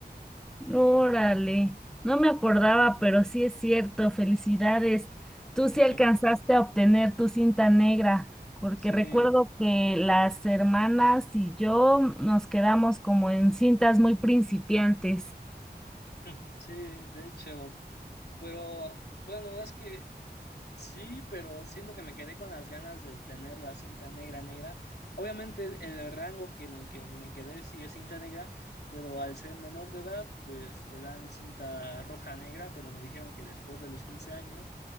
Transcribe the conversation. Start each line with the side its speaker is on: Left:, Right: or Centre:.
Centre: Órale, no me acordaba, pero sí es cierto, felicidades. Tú sí
Left: <laughs>
Centre: alcanzaste a obtener tu cinta negra, porque
Left: Sí,
Centre: recuerdo que las hermanas y yo nos quedamos como en cintas muy principiantes.
Left: <clears throat> <laughs> sí, de hecho. Pero bueno, es que sí, pero siento que me quedé con las ganas de tener la cinta negra negra. Obviamente el rango que en el que me quedé sí es cinta negra, pero al ser menor de edad, pues te dan cinta roja negra, pero me dijeron que después de los 15 años